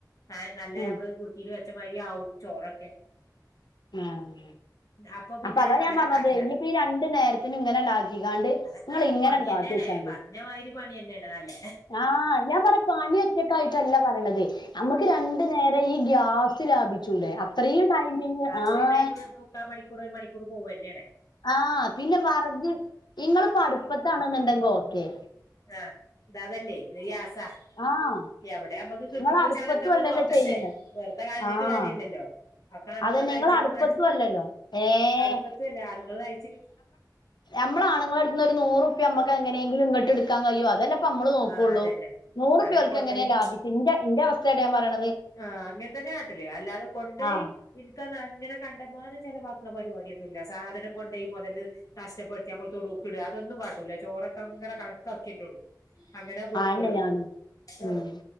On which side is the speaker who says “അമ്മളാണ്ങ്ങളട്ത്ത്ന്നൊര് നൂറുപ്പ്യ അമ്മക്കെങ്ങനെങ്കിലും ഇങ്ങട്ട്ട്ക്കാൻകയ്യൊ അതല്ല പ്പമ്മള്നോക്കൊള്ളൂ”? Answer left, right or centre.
Left